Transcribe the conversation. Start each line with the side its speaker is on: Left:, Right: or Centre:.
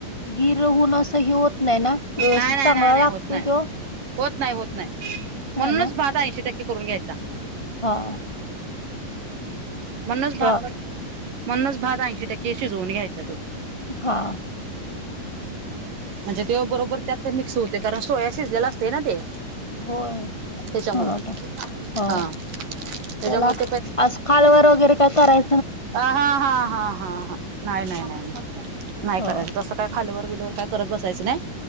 Left: गिर होऊन असं हि होत नाही ना, व्यवस्थित
Right: नाही नाही
Left: चांगला
Right: नाही नाही
Left: लागतोय
Right: होत नाही
Left: तो?
Right: होत नाही होत नाही,
Left: नाही
Right: म्हणूनच
Left: ना
Right: भात ऐंशी टक्के करून घ्यायचा.
Left: हा.
Right: म्हणूनच भात,
Left: हा
Right: म्हणूनच भात ऐंशी टक्के शिजवून घ्यायचा तो.
Left: हा.
Right: म्हणजे त्यो बरोबर त्यात मिक्स होतंय, कारण सोया शिजलेला असतंय ना ते.
Left: होय, तेच
Right: त्याच्यामुळं
Left: म्हणत हो
Right: हा त्याच्यामुळे
Left: त्याला आस् खालवर वगैरे काय कराय
Right: अ हा अ हा अ हा नाही नाही नाही नाही नाही
Left: हो
Right: करायचं तसं काय खालवर बिलवर काय करत बसायचं नाही,